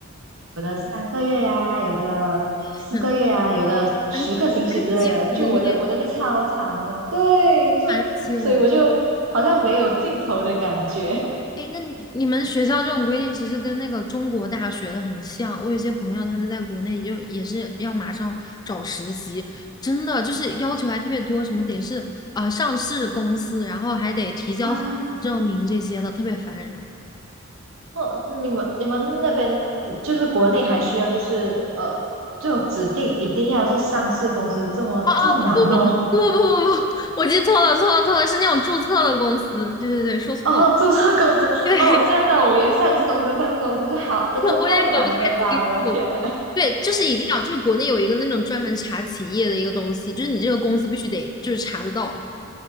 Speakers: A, on the right; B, on the left.
A: 三个月呀、有的四个月呀、
B: <laughs>
A: 有的十个星期之类的。
B: 蛮蛮基础的耶，
A: 就我的我的就超长的，对，就所以我就好像没有尽头的感觉
B: 蛮久。哎，那你你们学校这种规定其实跟那个中国大学的很像。我有些朋友他们在国内就也是要马上找实习，真的就是要求还特别多，什么得是啊、呃上市公司，然后还得提交合规证明这些的，
A: <laughs> 啊。
B: 特别烦人。
A: 哦，你们你们那边嗯就是国内还需要就是呃，就指定一定要是上市公司这么这么难哦。
B: 哦，不不不不不，我记错了错了错了，是那种注册的公司。对对对，
A: <laughs>
B: 说错了。
A: 哦，注册公司哦，
B: 对
A: 我现在到我，以为上市公司，上市公司就好，真的太难了吧！
B: <laughs> 我也搞不太清楚。
A: 我的天呐。
B: 对，就是一定要，就是国内有一个那种专门查企业的一个东西，就是你这个公司必须得就是查得到